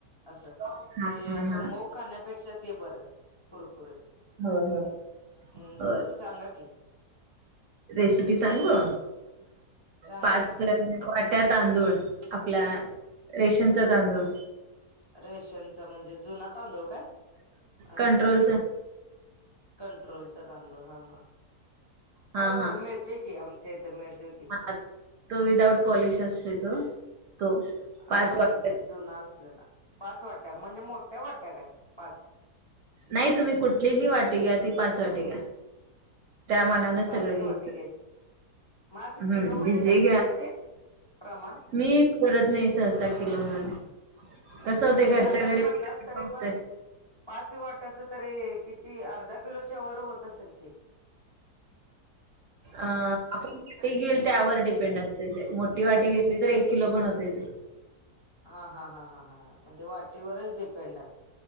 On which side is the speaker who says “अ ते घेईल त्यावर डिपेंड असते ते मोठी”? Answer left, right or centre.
Right